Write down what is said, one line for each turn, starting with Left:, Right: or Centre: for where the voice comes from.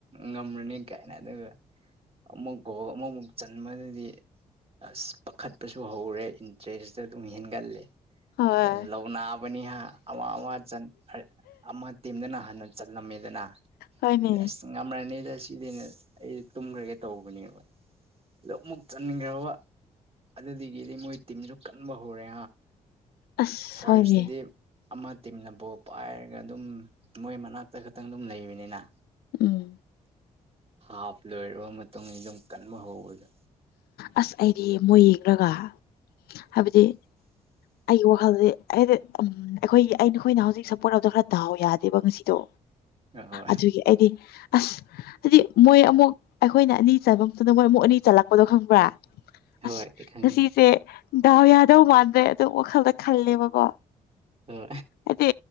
Right: ꯉꯝꯔꯅꯤ ꯀꯥꯏꯅ ꯑꯗꯨꯒ ꯑꯃꯨꯛ ꯒꯣꯜ ꯑꯃꯨꯛꯨ ꯆꯟꯕꯗꯗꯤ ꯑꯁ ꯄꯥꯈꯠꯄꯁꯨ ꯍꯧꯔꯦ ꯏꯟꯇꯔꯦꯁꯇꯣ ꯑꯗꯨꯝ ꯍꯦꯟꯒꯠꯂꯦ ꯑ
Left: ꯍꯣꯏ
Right: ꯂꯧꯅꯥꯕꯅꯤ ꯍꯥꯏ ꯑꯃ ꯑꯃ ꯅ ꯍꯥꯟ ꯆꯠꯂꯝꯃꯤꯗꯅ
Left: ꯍꯣꯏꯅꯦ
Right: ꯑꯁ ꯉꯝꯃꯅꯤꯗ ꯑꯁꯤꯅꯦꯅꯦ ꯑꯩꯁ ꯇꯨꯝꯈ꯭ꯔꯒꯦ ꯇꯧꯕꯅꯦꯕ ꯑ ꯑꯃꯨꯛ ꯆꯟꯈ꯭ꯔꯕ ꯑꯗꯨꯗꯒꯤꯗꯤ ꯃꯣꯏ ꯇꯤꯝꯁꯨ ꯀꯟꯕ ꯍꯧꯔꯦ
Left: ꯑꯁ
Right: ꯐꯥꯔꯁꯇꯗꯤ
Left: ꯍꯅꯦ
Right: ꯑꯃ ꯇꯤꯝꯅꯕꯨꯣ ꯄꯥꯏꯔꯒ ꯑꯗꯨꯝ ꯃꯣꯏ ꯃꯅꯥꯛꯇ ꯈꯛꯇꯪ ꯑꯗꯨꯝ ꯂꯩꯕꯅꯤꯅ
Left: ꯎꯝ
Right: ꯍꯥꯐ ꯂꯣꯏꯔꯕ ꯃꯇꯨꯡꯗ ꯑꯗꯨꯝ ꯀꯟꯕ ꯍꯧꯕꯗꯣ
Left: ꯑꯁ ꯑꯩꯗꯤ ꯌꯦꯡ ꯃꯣꯏ ꯌꯦꯡꯂꯡꯒ ꯍꯥꯏꯕꯗꯤ
Right: <unintelligible>
Left: ꯑꯩꯒꯤ ꯋꯥꯈꯜꯗꯤ ꯍꯥꯏꯗꯤ ꯎꯝ ꯑꯩꯈꯣꯏ ꯑ ꯅꯈꯣꯏꯅ ꯍꯧꯖꯤꯛ ꯁꯞꯄꯣꯔꯠ ꯇꯗ ꯈꯔ ꯗꯥꯎ ꯌꯥꯗꯦꯕ ꯉꯁꯤꯗꯣ
Right: ꯍꯣꯏ ꯍꯣꯏ
Left: ꯑꯗꯨꯒꯤ ꯑꯩꯗꯤ ꯑꯁ ꯍꯥꯏꯗꯤ ꯃꯣꯏ ꯑꯃꯨꯛ ꯑꯩꯈꯣꯏꯅ ꯑꯅꯤ ꯆꯟꯕ ꯃꯇꯝꯗ ꯃꯣꯏ ꯑꯃꯨꯛ ꯑꯅꯤ ꯆꯜꯂꯛꯄꯗꯣ ꯈꯪꯕ꯭ꯔꯥ
Right: ꯍꯣꯏ
Left: ꯑꯁ
Right: ꯈꯪ
Left: ꯉꯁꯤꯁꯦ ꯗꯥꯎ ꯌꯥꯗꯧ ꯃꯥꯟꯗ꯭ꯔꯦ ꯑꯗꯨꯝ ꯋꯥꯈꯜꯗ ꯈꯜꯂꯦꯕꯀꯣ
Right: ꯍꯣꯏ
Left: ꯍꯥꯏꯗꯤ